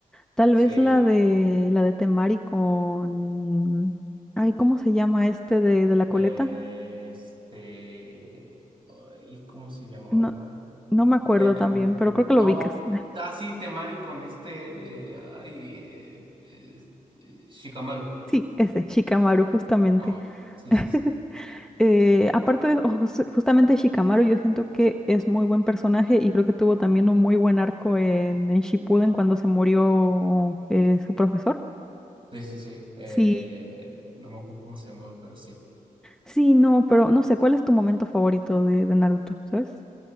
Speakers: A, in the centre; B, on the right (about 35°).
A: Tal
B: sí.
A: vez la de, la de Temari con, ay, ¿cómo se llama este de, de la coleta?
B: eh, este. ay, ¿cómo se llamaba?
A: no No me acuerdo también,
B: Mm,
A: pero creo que
B: No,
A: lo ubicas. <laughs>
B: así Temari con este, eh, ay, eh, eh, eh, Shikamaru.
A: Sí, ese, Shikamaru, justamente.
B: Shikamaru. Sí,
A: <laughs>
B: sí, sí.
A: Eh, aparte de, o jus- justamente Shikamaru, yo siento que es muy buen personaje y creo que tuvo también un muy buen arco en, en Shippuden cuando se murió eh, su profesor.
B: Sí, sí, sí. Eh,
A: Sí,
B: no me acuerdo cómo se llamaba, pero sí.
A: sí, no, pero no sé, ¿cuál es tu momento favorito de, de Naruto, sabes?